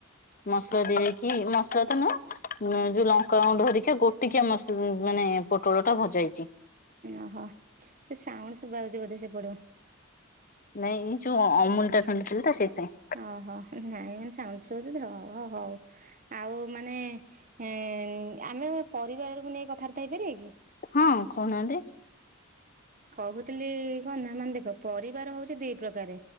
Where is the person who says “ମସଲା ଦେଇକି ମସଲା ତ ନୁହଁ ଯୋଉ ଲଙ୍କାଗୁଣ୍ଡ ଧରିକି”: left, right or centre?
Left